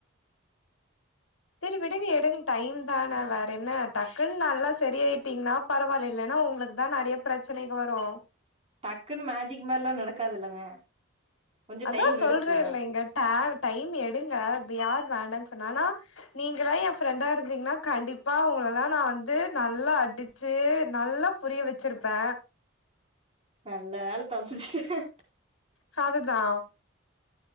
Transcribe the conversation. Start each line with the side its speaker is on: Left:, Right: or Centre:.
Left: சரி விடுங்க எடுங் டைம் தானே வே என்ன டக்குன்னு நல்லா சரி ஆயிட்டீங்கன்னா பரவாயில்ல இல்லன்னா உங்களுக்கு தா நெறய பிரச்சனைக வரும்
Right: டக்குன்னு மேஜிக் மார்ல்லா நடக்காதுல்லங்க கொஞ்சோ
Left: அதா
Right: டைம்
Left: சொல்றல்ல
Right: எடுக்குல்ல
Left: இங்க ட டைம் எடுங்க அது யார் வேண்டான் சொன்னா ஆனா நீங்கல்லா எ ஃப்ரெண்டா இருந்தீங்ன்னா கண்டிப்பா உங்களல்லா நா வந்து நல்லா அடிச்சு நல்லா புரிய வச்சிருப்ப
Right: நல்ல வேல தப்புச்சுட்ட
Left: ஹதுதா